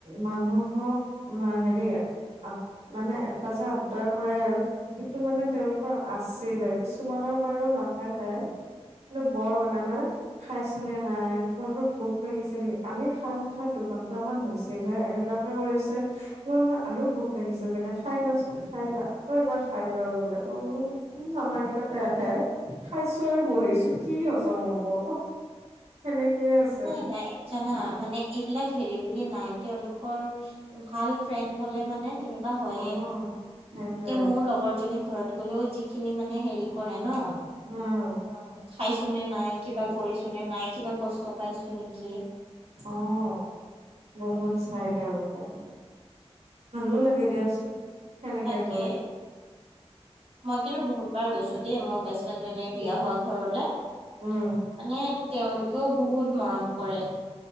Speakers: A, on the right; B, on the right.
A: মানুহক আঁ সেৰি, আঁ মানে, এটা যে আব‌দাৰ কৰে আৰু। সেইটো মানে, তেওঁলোকৰ আছিলে। কিছুমানৰ বাৰু নাথাকে। কিন্তু
B: উম।
A: বৰ মানে। মানে, খাইছোঁ। <unintelligible> নাই। তোমালোকৰ ভোক লাগিছে নেকি? আমি খাই উঠা, দুঘণ্টামান হৈছিল হে, এনেকুৱাকে কৰিছে। তোমালোকৰ আৰু ভোক লাগিছে চাগে! খাই লোৱাচোন খাই লোৱা। আকৌ এবাৰ খাই লোৱা বোলে। মই বোলোঁ, উম, আমাৰ কেইটা <unintelligible> খাইছোঁ আৰু বহিছোঁ। কি হজম হ'ব! সেনেকেই আছে।
B: নাই নাই জানা! মানে, এইবিলাক সেৰি বুলি, নাই তেওঁলোকৰ, ভাল ফ্ৰেণ্ড হ'লে মানে, তেনে কুৱা হৈয়ে।
A: অ
B: এতিয়া,
A: সেইটোৱে
B: মোৰ লগৰ জনী ঘৰত গ'লেও, যিখিনি মানে, সেৰি কৰে ন' অ'!
A: উম
B: খাইছোঁ নে নাই, কিবা কৰিছোঁ নে নাই, কিবা কষ্ট পাইছোঁ নেকি।
A: অ'! বহুত
B: উম
A: চাই তেওঁলোকে। ভালো লাগে দিয়াচোন! সেনেকে
B: তাকে!
A: গৈ
B: মই কিন্তু, বহুতবাৰ গৈছোঁ দেই, মোৰ বেষ্টফ্ৰেণ্ড জনীৰ বিয়া হোৱা ঘৰলে। মানে,
A: উম,
B: তেওঁলোকেও বহুত মৰম কৰে।